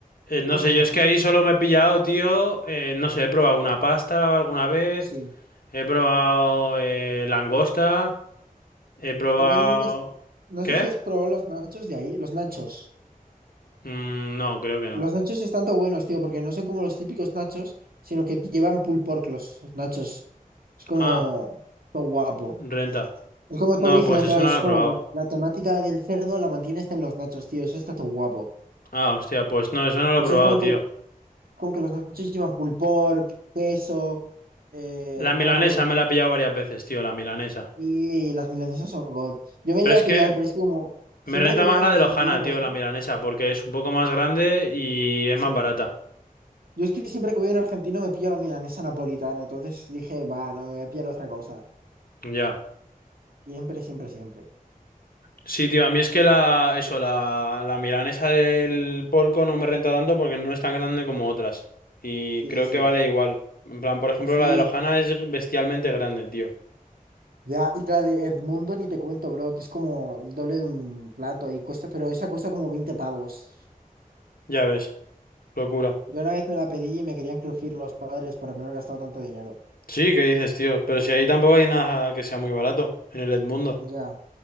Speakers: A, on the left (about 80°); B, on the right (about 80°).
A: Eh, no
B: Ugh,
A: sé, yo es que ahí solo me he pillado, tío. eh, no sé, he probado una pasta alguna vez.
B: sí.
A: He probado eh, langosta. He probado.
B: También es, no
A: ¿Qué?
B: sé si es probado los nachos de ahí, los nachos.
A: Mm, no, creo que no.
B: Los nachos están tan buenos, tío, porque no son como los típicos nachos, sino que llevan pulled pork los nachos. Es como
A: Ah,
B: todo guapo.
A: renta.
B: Es como
A: No,
B: todo original,
A: pues eso
B: claro.
A: no
B: Es
A: lo he
B: como
A: probado.
B: la, la temática del cerdo la mantiene hasta en los nachos, tío. Eso está todo guapo.
A: Ah, hostia, pues no, eso no
B: Entonces
A: lo he probado,
B: es como
A: tío.
B: que, como que los nachos llevan pulled pork, queso, eh,
A: La
B: no
A: milanesa
B: me acuerdo. qué
A: me
B: más.
A: la he pillado varias veces, tío, la milanesa.
B: Y las milanesas son god. Yo me
A: Pero
B: llegué
A: es
B: a pillar,
A: que
B: pero es que como
A: me
B: siempre
A: renta
B: que voy
A: más
B: a un
A: la
B: argentino
A: de Lojana,
B: o
A: tío,
B: así,
A: la milanesa, porque es un poco más grande y es
B: sí.
A: más barata.
B: Yo es que siempre que voy a un argentino me pillo la milanesa napolitana. Entonces dije, va, no me voy a pillar otra cosa.
A: Ya.
B: Siempre, siempre, siempre.
A: Sí, tío, a mí es que la, eso, la, la milanesa del porco no me renta tanto porque no es tan grande como otras. Y
B: Sí,
A: creo
B: sí.
A: que vale igual. En plan, por ejemplo,
B: Sí.
A: la de Lojana es bestialmente grande, tío.
B: Ya, la de Edmundo ni te cuento, bro, que es como el doble de un plato y cuesta, pero esa cuesta como 20 pavos.
A: Ya ves, locura.
B: Yo una vez me la pedí y me querían crujir los padres por haberme gastado tanto dinero.
A: Sí, ¿qué dices, tío? Pero si ahí tampoco hay nada que sea muy barato, en el Edmundo.
B: Ya,